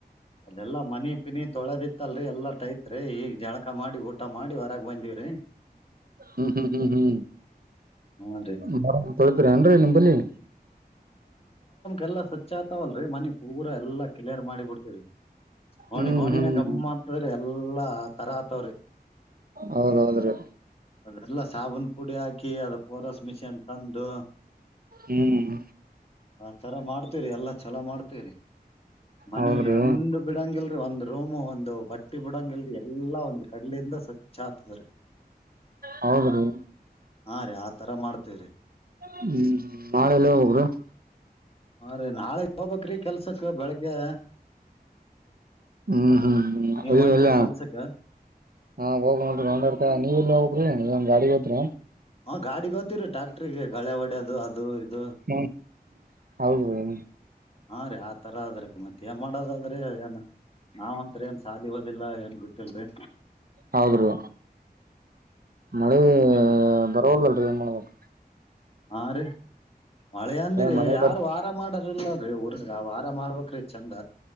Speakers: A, on the left; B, on the right.
A: ಅೆಲ್ಲಾ ಮನಿ ಪಿನಿ ತೊಳೆದಿತ್ತಲ್ರಿ ಎಲ್ಲಾ ಟೈತ್ರಿ ಈಗ್ ಜಳಕ ಮಾಡಿ ಊಟ ಮಾಡಿ ಹೊರಗ್ ಬಂದೀವ್ರಿ
B: ಹ್ಮ್ ಹ್ಮ್ ಹ್ಮ್
A: ಹಾ ರೀ
B: ಹ್ಮ್ ಮರ ತೊಳಿದ್ರ ಏನ್ರರಿ ನಿಮಂಬಲ್ಲಿಿ
A: ಎಲ್ಲ ಸ ಹೆಚ್ಚಾತವಲ್ರಿ ಮನಿ ಪೂರ ಎಲ್ಲಾ ಕ್ಲಿಯರ್ ಮಾಡಿ ಬಿಡ್ತರಿ ಹೋಣಿ
B: ಹ್ಮ್
A: ಹೋಣಿನ
B: ಹ್ಮ್
A: ಗಮ್ಮ
B: ಹ್ಮ್
A: ಅಂತದ್ರ ಎಲ್ಲಾ ತರಾ ಆತವ್ರಿ
B: ಹೌದೌದ್ರಿ
A: ಅದೆಲ್ಲ ಸಾಬುನ್ ಪುಡಿ ಹಾಕಿ ಕ ಅ <unintelligible> ಪೊರಸ್ ಮಿಷನ್ ತಂದು
B: ಹ್ಮ್
A: ಆ ತರ ಮಾಡ್ತ <unintelligible> ಹೇರಿ ಎಲ್ಲಾ ಚಲ ಮಾಡ್ತೇವರಿ ಮನಿ
B: ಹೌದ್ರಿ
A: ಒಂಡ ಬಿಡಂಗಗೆಲ್ಲ <unintelligible> ಒಂದು ರೂಮ್ ಒಂದು ಬಟ್ಟೆ ಹಟ್ಟಿ ಬಿಡಂಗಗೆಲ್ರಿ ಎಲ್ಲಾ ಒಂದು ಕಡಲಿಂದ ಸ <unintelligible> ಚಾತದ ರೀ
B: ಹೌದ್ರೀ
A: ಹಾ ರೀ ಆತರ ಮಾಡ್ತೇವ್ರೀ
B: ಹ್ಮ್ ನಾಳೆಲ್ಲ ಹೋಗಬ್ರ <unintelligible>
A: ಹಾ ರೀ ನಾಳಗ್ ಹೋಗಬಕ್ <unintelligible> ಕೆಲ್ಸಕ್ ಬೆಳಿಗ್ಗೆ
B: ಹ್ಮ್ ಹ್ಮ್ ಹ್ಮ್
A: ನೀವ್
B: ಇ
A: ಹೊಂಟ್ರಿ
B: ಎಲ್ಲ
A: ಕೆಲ್ಸಕ್ಕ
B: ಹಾ ಹೋಗ ನೋಡ್ರಿ ನೊಂಡಾಡ್ತಾ ನೀವೆಲ್ಲ ಹೋಗ್ರಿ ನೀ ಗಾಡಿಗೆ ಹತ್ರಿ
A: ಹಾ ಗಾಡಿ ಹದ್ತಿವ್ರರಿ ಟ್ಯಾಕ್ಟ್ರಿಗೆ ಗಳೆ ಹೊಡದು ಅದು ಇದು
B: ಹ್ಮ ಹೌದ್ರೀ
A: ಹಾ ರೀ ಆತರ ಅದ್ರೀ ಮತ್ತ ಏನ್ ಮಾಡೋದದ್ರಿ ಏನ್ ನಾವ್ ಅಂಂತರಿ ಏನ್ ಸಾಲ ಓದಿಲ್ಲ ಏನ್ ಬಿಟ್ಟಿಲ್ರಿ
B: ಹೌದ್ರೀ ಮಳೆ
A: ನಿಮ್
B: ಬರಲ್ಲಲ್ರಿ ಏನ್ ಮಾಡಬೇಕ
A: ಹಾ ರೀ ಮಳೆ ಅಂದಿರ
B: ಮಳೆ
A: ಯಾರು
B: ಬರ್
A: ವಾರ ಮಾಡ <unintelligible> ಲ್ಲ ಊರ್ ವಾರ್ಬೇಕ್ರೀ ಚಂದ